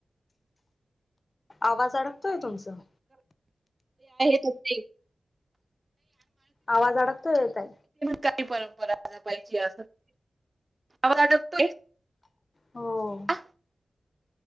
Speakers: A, on the left (about 45°); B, on the right (about 35°).
A: आवाज अडकतोय तुमचं
B: ठी
A: आवाज अडकतोय येतय
B: काही परंपरा पाहि अस आवाज आटकतोय
A: हो
B: ह